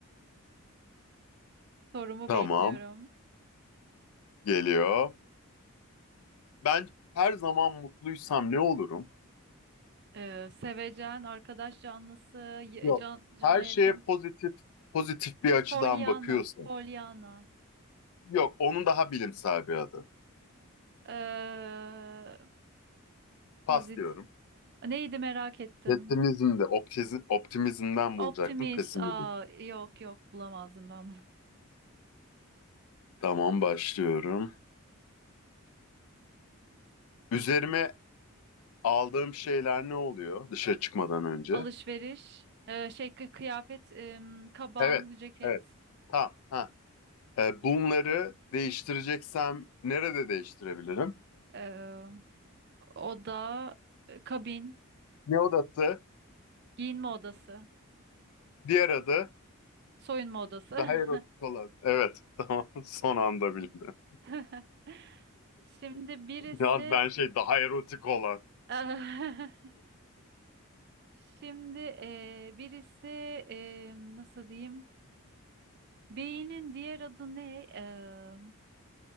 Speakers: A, on the right; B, on the left.
A: Sorumu
B: Tamam
A: bekliyorum.
B: geliyor. Ben her zaman mutluysam ne olurum?
A: Ee, sevecen, arkadaş canlısı, y-
B: Yok.
A: can, cana
B: Her
A: yakın.
B: şeye pozitif pozitif bir açıdan
A: Pollyanna,
B: bakıyorsun.
A: Pollyanna.
B: Yok onun daha bilimsel bir adı.
A: Ee,
B: Pas
A: pozit.
B: diyorum.
A: Neydi merak ettim.
B: Pesimizm de optiz- optimizmden bulacaktım.
A: Optimist.
B: Pesimizm.
A: Aa, yok yok bulamazdım ben bunu.
B: Tamam başlıyorum. Üzerime aldığım şeyler ne oluyor dışarı çıkmadan
A: <laughs>
B: önce?
A: Alışveriş. Ee, şey kı- kıyafet, em, kaban,
B: Evet,
A: ceket.
B: evet. Tamam. Ha. Ee, bunları değiştireceksem nerede değiştirebilirim?
A: Ee, oda, e, kabin.
B: Ne odası?
A: Giyinme odası,
B: Diğer adı
A: soyunma odası.
B: daha erotik olan. Evet, <laughs> tamam. Son anda bildim.
A: <laughs> Şimdi birisi
B: Ya ben şey daha erotik olan.
A: <laughs> Şimdi eee, birisi eee, nasıl diyeyim? Beynin diğer adı ne? Eee,